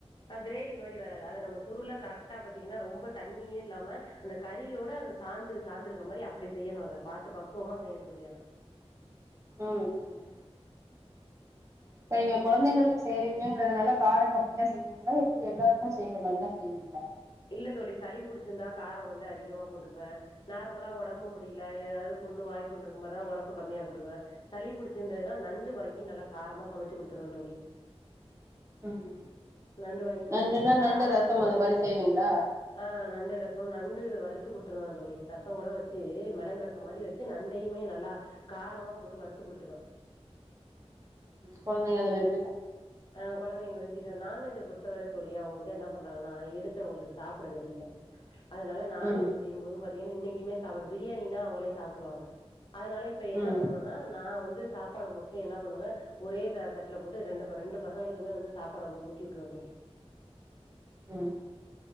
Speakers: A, on the left; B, on the right.
A: அஹ் கிரேவி மாதிரி வராது அத நம்ம சுருல கரெக்டா பாத்தீங்கன்னா ரொம்ப தண்ணியும் இல்லாம அந்த கறியோட அ சாந்து சாந்துருக்க மாதிரி அப்படி செய்யணும் அத பாத்து பக்குவமா செய்யணும் தோழி யானா
B: ம் ம் இப்ப நீங்க குழந்தைங்களுக்கு செய்றீங்கங்கதுனால காரம் கம்மியா செய்வீங்களா எல்லாருக்கும் செய்ய மாதிரதா செய்வீங்களா
A: இல்ல தோழி சளி புடிச்சிருந்தா காரம் வந்து அதிகமா போட்டுக்குவேன் நார்மலா உடம்பு முடியல ஏதாவது புண்ணு வாய்ப்புன்ன இருக்கு மாதிரிதான் உரப்ப கம்மியா போட்டுக்குவேன் சளி புடிச்சிருந்ததுன்னா நண்டு வாங்கி நல்லா காரமா சமைச்சு குடுத்துருவேன் தோழி
B: ம்
A: நண்டு வாங்கி சமைச்சு
B: நண்டுன்னா
A: குடுத்துரும்ம் காரம்
B: நண்டு ரசம்
A: வந்து
B: அது மாரி செய்வீங்களா
A: ஆஹ் நண்டு ரசம் நண் டு வறுத்து குடுத்துருவேன் தோழி ரசம் கூட வச்சு மிளகு ரசம் மாதிரி வச்சு நண்டையுமே நல்லா காரமா போட்டு வறுத்து குடுத்துருவேன்
B: கொழந்தைங்க அத விரு
A: ஆஹ் குழந்தைங்க விரும்பி சா நான்வெஜ பொறு த்த வர தோழி அவங்க வந்து என்ன பண்றாங்கன்னா எடுத்து அவங்களுக்கு சாப்பிட தெரியல அதனால நான்வெஜ்
B: ம்
A: செய்யும் போதும் பாத்தீங்கன்ன இன்னைக்கு <unintelligible> பிரியாணின்னா அவங்களே சாப்ட்ருவாங்க அதனால இப்ப என்ன
B: ம்
A: பண்ணுவனா நான் வந்து சாப்பாடு மோஸ்ட்லி என்ன பண்ணுவ ஒரே தட்டுல போட்டு ரெண்டு ப ரெண்டு பசங்களுக்குமே வந்து சாப்பாட வந்து ஊட்டி விட்டுருவ தோழி
B: ம்